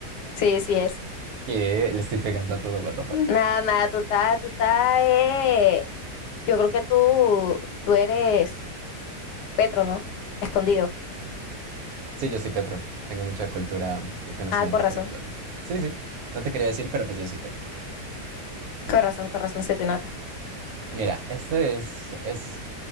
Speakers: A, on the left; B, on the right.
A: Sí, sí es.
B: Que le estoy pegando a todo, what the fuck.
A: Nada, nada, tú estás, tú estás, eh, yo creo que tú, tú eres Petro, ¿no? Escondido.
B: Sí, yo soy Petro. Tengo mucha cultura y conocimientos
A: Ah, con razón,
B: sobre Colombia. Sí, sí. No te quería decir, pero pues yo soy Petro.
A: con razón, con razón se te nota.
B: Mira, este es, es,